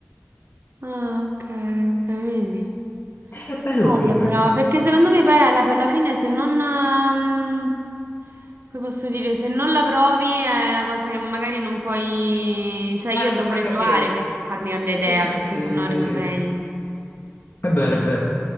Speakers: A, on the right; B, on the left.
A: Ah, ok, ok, vedi.
B: È bello
A: Bello
B: proprio.
A: però,
B: Eh,
A: perché secondo me poi alla, alla fine se non... ehm, come posso dire, se non la provi è una cosa che magari non puoi... Cioè io dovrei
B: non puoi capire.
A: provare per farmi cambiare
B: Sì,
A: idea,
B: sì,
A: perché
B: sì, sì, sì,
A: sennò
B: sì,
A: rimarrei...
B: sì. È vero, è vero.